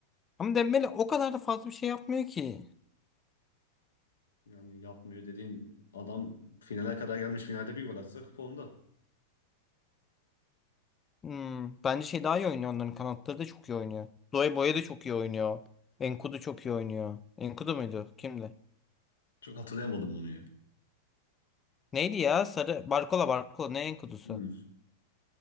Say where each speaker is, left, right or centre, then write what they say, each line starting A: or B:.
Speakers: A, on the left (about 25°); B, on the left (about 80°).
A: Ama Dembele o kadar da fazla bir şey yapmıyor ki.
B: Yani yapmıyor dediğin adam finale kadar gelmiş. Finalde bir gol atsa kupa onda.
A: Hmm, bence şey daha iyi oynuyor. Onların kanatları da çok iyi oynuyor. Doye Boye de çok iyi oynuyor. Enkudu çok iyi oynuyor. Enkudu muydu? Kimdi?
B: Çok hatırlayamadım onu ya.
A: Neydi ya? Sarı. Barkola Barkola. Ne Enkudu'su?
B: Hmm.